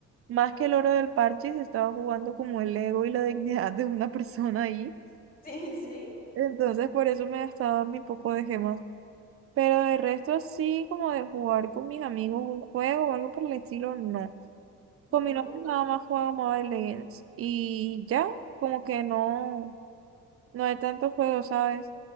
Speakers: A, on the right; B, on the left.
A: más que el oro del parche se estaba jugando como el ego y la dignidad de una persona ahí.
B: Sí, sí.
A: Entonces, por eso me gastaba mi poco de gemas. Pero de resto sí, como de jugar con mis amigos un juego o algo por el estilo, no. Con
B: ¿No?
A: mi novio nada más juego Mobile Legends y ya, como que no, no hay tantos juegos, ¿sabes?